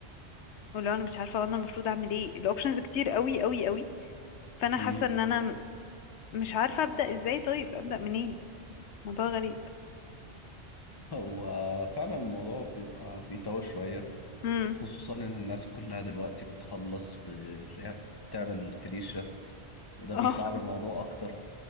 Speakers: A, on the left; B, on the left.
A: ولو انا مش عارفه انا المفروض اعمل ايه الاوبشنز كتير قوي قوي قوي فانا
B: امم
A: حاسه ان انا م- مش عارفه ابدا ازاي طيب ابدا منين موضوع غريب
B: هو فعلا الموضوع بيبقى بيتوه شويه
A: امم
B: خصوصا ان الناس كلها دلوقتي بتخلص بتلاقيها بتعمل كارير شيفت وده
A: اه
B: بيصعب الموضوع اكتر